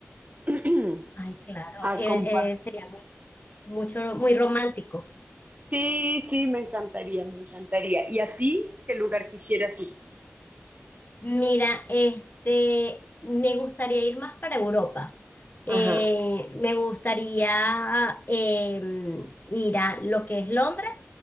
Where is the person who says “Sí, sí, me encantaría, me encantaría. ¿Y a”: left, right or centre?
Right